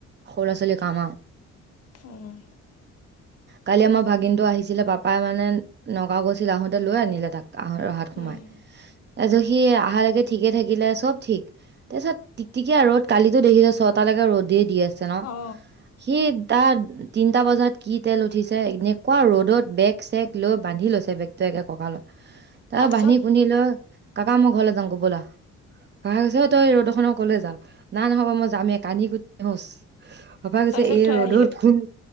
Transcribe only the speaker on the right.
সৰু ল'ৰা ছোৱালীৰ কাম আও।
কালি আমাৰ ভাগিনটো আহিছিলে পাপাই মানে নগাঁও গৈছিল আহোতে লৈ আনিলে তাক ৰহাত সোমাই।
তাৰপিছ সি অহালৈকে ঠিকে থাকিলে চব ঠিক, তাৰপিছত টিকটিকিয়া ৰ'দ কালিতো দেখিছ ছটালৈকে ৰ'দ দি আছে ন।
সি তাৰ তিনিটা বজাত কি তেল উঠিছে এনেকুৱা ৰ'দত বেগ চেগ লৈ বান্ধি লৈছে বেগটো একে কঁকালত। তাপা
বান্ধি কুন্দি লৈ ক'কা মই ঘলে যাং গৈ বলা। ক'কা কৈছে তই ৰ'দ খনত কলৈ যাওঁ। নাই নহ'ব মই যামেই কান্দিকুতি ধুঁছ, পাপাই কৈছে
এই
ৰ'দত
কোন